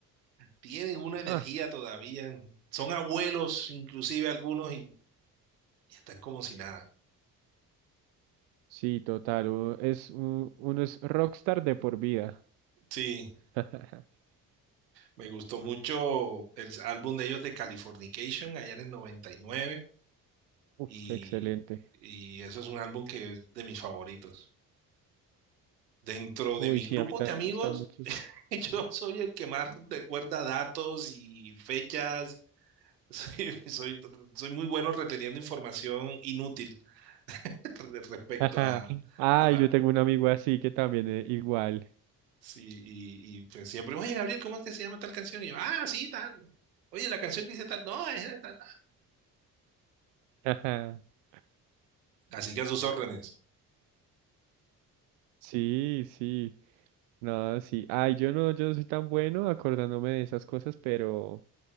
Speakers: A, on the right; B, on the right.
A: tienen una energía
B: Ah,
A: todavía, son abuelos inclusive algunos y, y están como si nada.
B: sí, total. Uno es, un- uno es rockstar de por vida.
A: Sí,
B: <laughs>
A: me gustó mucho el álbum de ellos de Californication allá en el 99
B: Uf,
A: y,
B: excelente.
A: nueve y y eso es un álbum que es de mis favoritos. Dentro
B: Uy,
A: de mi
B: sí,
A: grupo
B: a mí también
A: de amigos,
B: me gustan muchos.
A: <laughs> yo soy el que más recuerda datos y fechas Soy, <laughs> soy, soy muy bueno reteniendo información inútil <laughs> de respecto
B: <laughs>
A: a,
B: Ay,
A: a la...
B: yo tengo un amigo así que también es igual.
A: Sí, y, y, pues siempre, oye, Gabriel, ¿cómo es que se llama tal canción? Y yo, ah, sí, tal. Oye, la canción que dice tal, no, es tal. tal.
B: <laughs>
A: Así que a sus órdenes.
B: Sí, sí. No, sí. Ay, yo no, yo no soy tan bueno acordándome de esas cosas, pero,